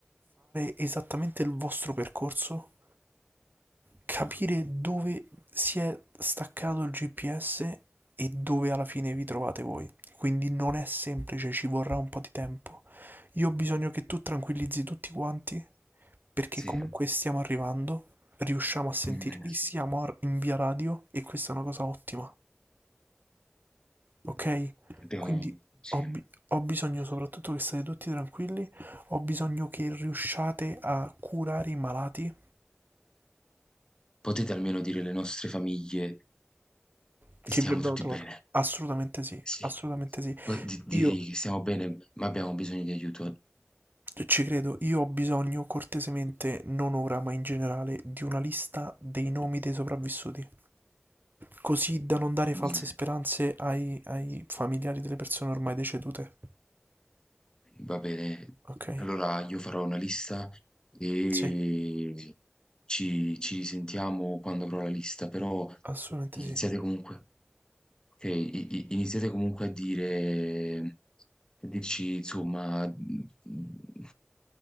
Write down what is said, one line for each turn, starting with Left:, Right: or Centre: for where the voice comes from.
Right: esattamente il vostro percorso, capire dove si è staccato il GPS e dove alla fine vi trovate voi. Quindi non è semplice, ci vorrà un po' di tempo. Io ho bisogno che tu tranquillizzi tutti quanti, perché
Left: Sì,
Right: comunque stiamo arrivando, riusciamo a sentirvi,
Left: mh.
Right: siamo a- in via radio e questa è una cosa ottima ok?
Left: Abbiamo
Right: Quindi
Left: sì.
Right: ho, bi- ho bisogno soprattutto che state tutti tranquilli, ho bisogno che riusciate a curare i malati
Left: Potete almeno dire alle nostre famiglie
Right: che
Left: che stiamo
Right: vi abbiamo
Left: tutti
Right: trovato.
Left: bene.
Right: Assolutamente sì,
Left: Sì.
Right: assolutamente sì.
Left: Po- di- Direi
Right: Io
Left: che stiamo bene, ma abbiamo bisogno di aiuto.
Right: ci credo, io ho bisogno cortesemente, non ora, ma in generale, di una lista dei nomi dei sopravvissuti. Così da non dare
Left: Mm.
Right: false speranze ai, ai familiari delle persone ormai decedute.
Left: Va bene,
Right: Ok?
Left: allora io farò una lista e
Right: Sì,
Left: ci, ci sentiamo quando avrò la lista, però
Right: assolutamente
Left: iniziate
Right: sì.
Left: comunque, ok, i- i- iniziate comunque a dire, a dirci insomma mh, mh,